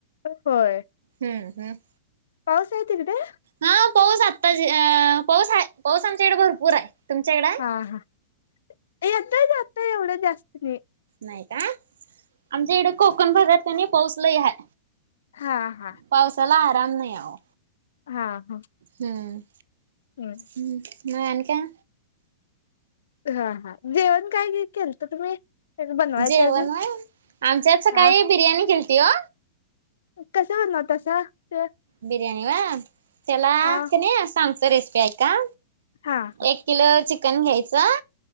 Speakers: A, on the left; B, on the right.
A: होय.
B: हम्म हम्म.
A: पावुसाय तीकडं.
B: हां पाऊस आत्ता ज अ पाऊस हाय पाऊस आमच्या इक्डं भरपूर हाय तुमच्याकडं
A: हा हा येतंय जातय एवढं जास्त नई.
B: नाई का. आमच्या इडं कोकण भागात कानी पाऊस लयी हाय.
A: हा हा.
B: पावसाला आराम नाई आओ.
A: हा हा.
B: हम्म.
A: हम्म.
B: हम्म म आन काय?
A: हा हा. जेवण काय ग केल्तं तुम्ही? बनवायचं
B: जेवण
A: अजून
B: होय, आमच्यात सकाळी
A: हा
B: बिर्याणी केल्ती हो.
A: कसा बणावतसा ते?
B: बिर्याणी वा त्याला
A: हा
B: क नी सांगत रेसिपी ऐका
A: हा हा
B: एक किलो चिकन घ्यायचं,